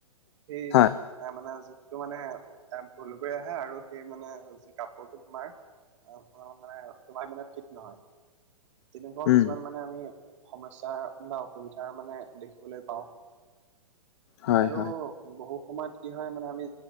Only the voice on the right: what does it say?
সেই এ,
মানে জোখটো মানে এ ভুল কৰি আহে আৰু সেই মানে যি কাপোৰটো তোমাৰ অ', অ', মানে তোমাৰ মানে ঠিক নহয়। তেনেকুৱা
কিছুমান মানে আমি সমস্যাৰ বা অসুবিধাৰ মানে দেখিবলৈ পাওঁ।
আৰু
বহু সময়ত কি হয় মানে আমি